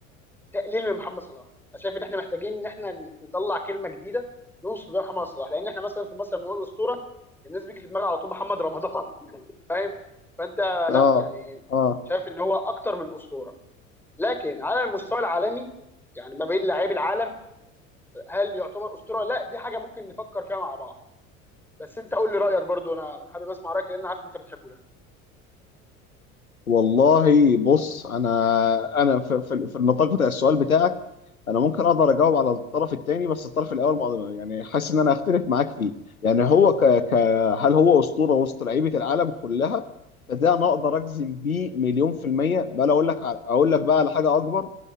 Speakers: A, in the centre; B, on the left.
A: تقليل من محمد صلاح انا شايف ان احنا محتاجين ان احنا نطلع كلمه جديده نوصف بيها محمد صلاح لان احنا مثلا في مصر لما بنقول اسطوره الناس بيجي في دماغها على طول محمد رمضان <laughs> فاهم فانت
B: اه
A: لا يعني
B: اه
A: شايف ان هو اكتر من اسطوره لكن على المستوى العالمي يعني ما بين لاعبي العالم هل يعتبر اسطوره لا دي حاجه ممكن نفكر فيها مع بعض بس انت قول لي رايك برضو انا حابب اسمع رايك لان أنا عارف انت بتحبه يعني
B: والله بص انا انا في, في, في النطاق بتاع السؤال بتاعك انا ممكن اقدر اجاوب على الطرف الثاني بس الطرف الاول ما يعني حاسس ان انا هختلف معاك فيه يعني هو ك, ك هل هو اسطوره وسط لعيبه العالم كلها فده انا اقدر اجزم بيه مليون في الميه بقى لو اقول لك على- اقول لك بقى على حاجه اكبر